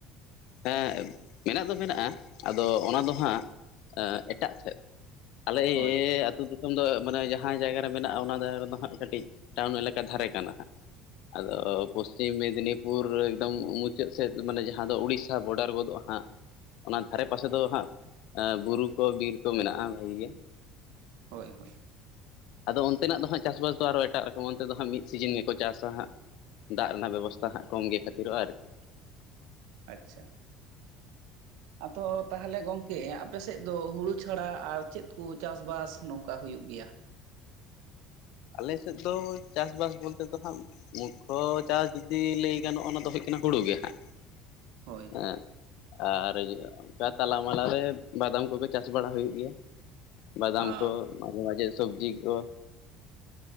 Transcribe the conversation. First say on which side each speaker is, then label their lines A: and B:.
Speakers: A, on the left; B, on the right.
A: ᱦᱮᱸ ᱢᱮᱱᱟᱜ ᱫᱚ ᱢᱮᱱᱟᱜᱼᱟ, ᱟᱫᱚ ᱚᱱᱟ ᱫᱚ ᱦᱟᱸᱜ ᱮᱸᱜ ᱮᱴᱟᱜ ᱥᱮᱫ ᱾ ᱟᱞᱮ
B: ᱦᱳᱭ
A: ᱟᱹᱛᱩᱼᱼ ᱩᱱᱫᱚ ᱢᱟᱱᱮ ᱡᱟᱦᱟᱸ ᱡᱟᱭᱜᱟ ᱨᱮ ᱢᱮᱱᱟᱜᱼᱟ, ᱚᱱᱟ ᱡᱟᱭᱜᱟ ᱨᱮᱫᱚ ᱦᱟᱸᱜ ᱠᱟᱹᱴᱤᱡ ᱴᱟᱣᱩᱱ ᱮᱞᱟᱠᱟ ᱫᱷᱟᱨᱮ ᱠᱟᱱᱟ ᱦᱟᱸᱜ ᱾ ᱟᱫᱚ ᱯᱚᱥᱪᱤᱢ ᱢᱮᱫᱽᱱᱤᱯᱩᱨ ᱮᱠᱫᱚᱢ ᱢᱩᱪᱟᱹᱫ ᱥᱮᱫ ᱢᱟᱱᱮ ᱡᱟᱦᱟᱸ ᱫᱚ ᱩᱲᱤᱥ ᱥᱟ ᱵᱚᱰᱟᱨ ᱜᱚᱫᱚᱜ-ᱟ ᱦᱟᱸᱜ᱾ ᱚᱱᱟ ᱫᱷᱟᱨᱮ ᱯᱟᱥᱮ ᱫᱚ ᱦᱟᱸᱜ ᱮ ᱵᱩᱨᱩ ᱠᱚ ᱵᱤᱨ ᱠᱚ ᱢᱮᱱᱟᱜᱼᱟ ᱵᱷᱟᱜᱤ ᱜᱮ ᱾
B: ᱦᱳᱭ ᱦᱳᱭ ᱾
A: ᱟᱫᱚ ᱚᱱᱛᱮ ᱱᱟᱜ ᱫᱚ ᱦᱟᱸᱜ ᱪᱟᱥ-ᱵᱟᱥ ᱫᱚ ᱟᱨᱚ ᱮᱴᱟᱜ ᱨᱚᱠᱚᱢ ᱚᱱᱛᱮ ᱫᱚ ᱦᱟᱸᱜ ᱢᱤᱫ ᱥᱤᱡᱟᱹᱱ ᱜᱮᱠᱚ ᱪᱟᱥᱟ ᱦᱟᱸᱜ ᱾ ᱫᱟᱜ ᱨᱮᱱᱟᱜ ᱵᱮᱵᱚᱥᱛᱟ ᱦᱟᱸᱜ ᱠᱚᱢ ᱜᱮ ᱠᱷᱟᱹᱛᱤ ᱨᱚᱜᱼᱟᱭ ᱾
B: ᱟᱪᱪᱷᱟ ᱾ ᱟᱫᱚ ᱛᱟᱦᱮᱞᱮ ᱜᱚᱝᱠᱮ ᱟᱯᱮᱥᱮᱫ ᱫᱚ ᱦᱩᱲᱩ ᱪᱷᱟᱲᱟ ᱟᱨ ᱪᱮᱫ ᱠᱚ ᱪᱟᱥ-ᱵᱟᱥ ᱱᱚᱝᱠᱟ ᱦᱩᱭᱩᱜ ᱜᱮᱭᱟ?
A: ᱟᱞᱮᱥᱮᱫ ᱫᱚ ᱪᱟᱥ-ᱵᱟᱥ ᱵᱚᱞᱛᱮ ᱫᱚ ᱦᱟᱸᱜᱼᱼ ᱢᱩᱠᱠᱷᱚ ᱪᱟᱥ ᱡᱩᱫᱤ ᱞᱟᱹᱭ ᱜᱟᱱᱚᱜᱼᱟ, ᱚᱱᱟ ᱫᱚ ᱦᱩᱭᱩᱜ ᱠᱟᱱᱟ ᱦᱩᱲᱩ ᱜᱮ ᱦᱟᱸᱜ ᱾
B: ᱦᱳᱭ
A: ᱦᱮᱸ ᱟᱨ ᱤᱭᱟᱹ ᱚᱱᱠᱟ ᱛᱟᱞᱟ ᱢᱟᱞᱟ ᱨᱮ ᱵᱟᱫᱟᱢ ᱠᱚᱜᱮ ᱪᱟᱥ ᱵᱟᱲᱟ ᱦᱩᱭᱩᱜ ᱜᱮᱭᱟ ᱾ ᱵᱟᱫᱟᱢ
B: ᱟᱻ
A: ᱠᱚ ᱢᱟᱡᱷᱮ ᱢᱟᱡᱷᱮ ᱥᱚᱵᱽᱡᱤ ᱠᱚ ᱾